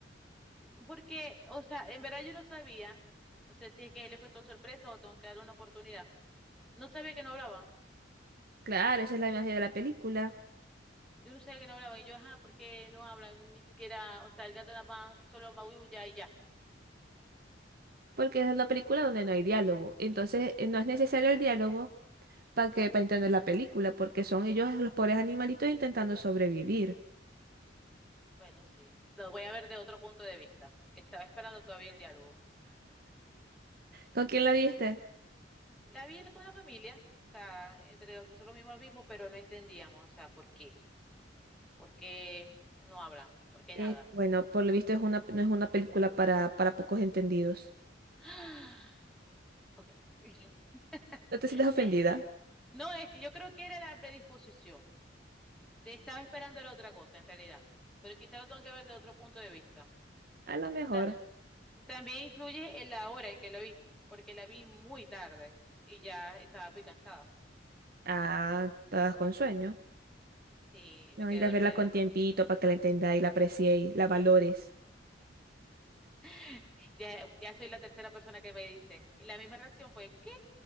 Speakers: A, in the centre; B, on the right.
A: <laughs> Porque, o sea, en verdad yo no sabía, no sé si es que le fue todo sorpresa o tengo que darle una oportunidad. No sabía que no hablaban.
B: Claro, esa es la magia de la película,
A: Yo no sabía que no hablaban. Y yo, ajá, ¿por qué no hablan? Ni siquiera, o sea, el gato nada más solo maulla y ya.
B: porque es una película donde no hay diálogo. Entonces, eh, no es necesario el diálogo para que, para entender la película, porque son ellos los pobres animalitos intentando sobrevivir.
A: Bueno, sí, lo voy a ver de otro punto de vista, porque estaba esperando todavía el diálogo.
B: ¿Con quién la viste?
A: La vi con la familia, o sea, entre los, nosotros mismos lo mismo, pero no entendíamos, o sea, ¿por qué? ¿Por qué no hablan? ¿Por qué
B: Eh,
A: nada?
B: bueno, por lo visto es una, no es una película para, para pocos entendidos.
A: <gasps> Ok. <laughs>
B: ¿No te sientas ofendida?
A: Eh, no, es que yo creo que era la predisposición. Te estaba esperando era otra cosa, en realidad. Pero quizá lo tengo que ver de otro punto de vista.
B: A lo mejor,
A: Ta- también influye en la hora en que lo vi, porque la vi muy tarde y ya estaba muy cansada.
B: ah, estás con sueño.
A: Sí,
B: No,
A: me quedé
B: necesitas
A: dormida.
B: verla con tiempito para que la entendáis, la apreciéis, la valores.
A: <laughs> Ya, ya soy la tercera persona que me dice. Y la misma reacción fue, ¿qué?